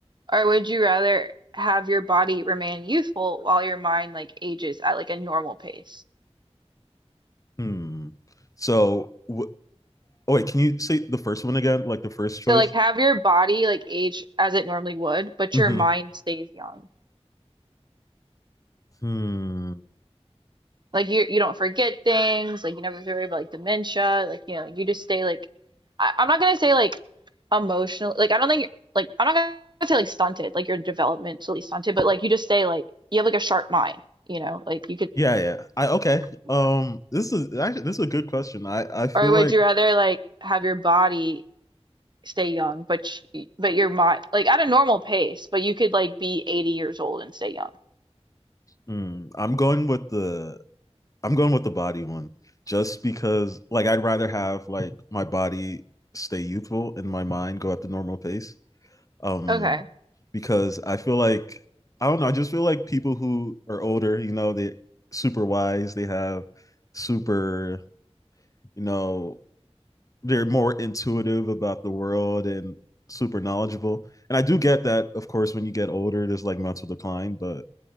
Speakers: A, on the right; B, on the left.
A: or would you rather have your body remain youthful while your mind like ages at like a normal pace?
B: hmm. So w- oh wait, can you say the first one again? Like the first choice?
A: So like have your body like age as it normally would, but
B: hmm
A: your mind stays young.
B: Hmm.
A: Like you you don't forget things, like you never worry about like dementia, like you know, you just stay like I, I'm not gonna say like emotional like I don't think like I'm not gonna say like stunted, like you're developmentally stunted, but like you just stay like you have like a sharp mind, you know, like you could
B: Yeah, yeah. I okay.
A: yeah.
B: Um, this is actually this is a good question. I I feel
A: Or would
B: like
A: you rather like have your body stay young but sh- but your mind like at a normal pace, but you could like be 80 years old and stay young.
B: hmm, I'm going with the I'm going with the body one just because like I'd rather have like my body stay youthful and my mind go at the normal pace. Um
A: Okay.
B: because I feel like I don't know, I just feel like people who are older, you know, they super wise, they have super, you know, they're more intuitive about the world and super knowledgeable. And I do get that, of course, when you get older, there's like mental decline, but